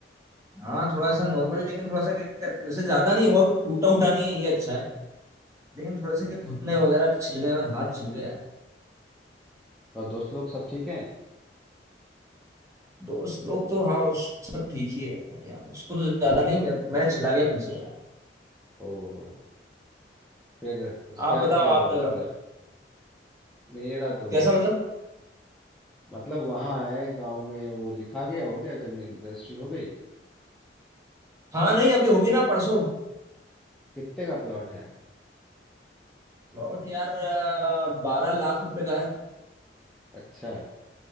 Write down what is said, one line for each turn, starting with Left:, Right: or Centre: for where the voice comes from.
Right: हाँ थोड़ा सा नॉर्मली लेकिन थोड़ा सा क्या- वैसे ज्यादा नहीं हुआ कुछ टूटा उटा नहीं है ये अच्छा है लेकिन थोड़ा सा
Centre: अच्छा
Right: क्या घुटने वगैरह छिल गए और हाथ छिल गया
Centre: और दोस्त लोग सब ठीक हैं
Right: दोस्त लोग तो हाँ उस सब ठीक ही है यार उसको तो ज्यादा नहीं मैं मैं छिला गया पीछे यार
Centre: ओहो फिर उसके
Right: आप
Centre: बाद
Right: बताओ
Centre: क्या हुआ
Right: आप क्या
Centre: मतलब
Right: कर रहे हो
Centre: मेरा तो
Right: कैसा
Centre: बस
Right: मतलब
Centre: मतलब वहाँ आए गांव में वो लिखा गया हो गया जमीन रजिस्ट्री हो गई
Right: हाँ नहीं अभी होगी ना परसों
Centre: कितने का प्लॉट है
Right: प्लॉट यार बारह लाख रुपए का है
Centre: अच्छा